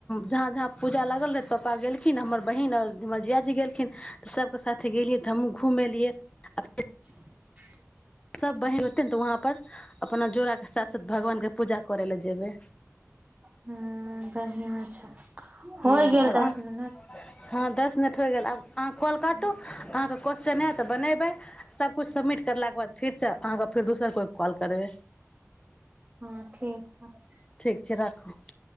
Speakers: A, on the left; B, on the right.
A: जहाँ जहाँ जा लागल रहै पपा गेलखिन हमर बहिन आर हमर जिया जी गेलखिन तऽ सब ओ साथे गेलै तऽ हमहुँ घूम एलियै अब
B: ह <inaudible>
A: सभ बहीन होतै ने तऽ वहाँपर अपना जोड़ाके साथ साथ भगवानके पूजा करय लए जेबै
B: ह बढ़िआँ छै
A: हूँ
B: होइ गेल
A: अहाँ
B: दस मिनट
A: दस मिनट हो गेलब अहाँ कॉल काटू अहाँके क - चने तऽ बनेबै सबकुछु सबिट करलाके बाद फेरसँ अहाँके फेर दोसर कोइ कॉल करबै
B: हँ ठीक हइ
A: ठीक छै राखू